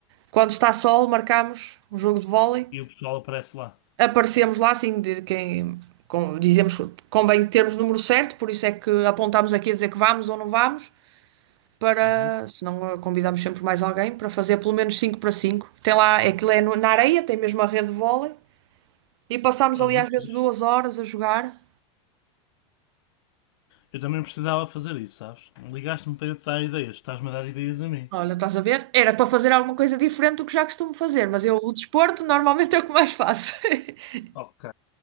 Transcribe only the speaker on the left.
E o pessoal aparece lá.
Uhum.
Olha,
muito
fixe.
Eu também precisava fazer isso, sabes? Ligaste-me para eu te dar ideias, estás-me a dar ideias a mim.
Ok.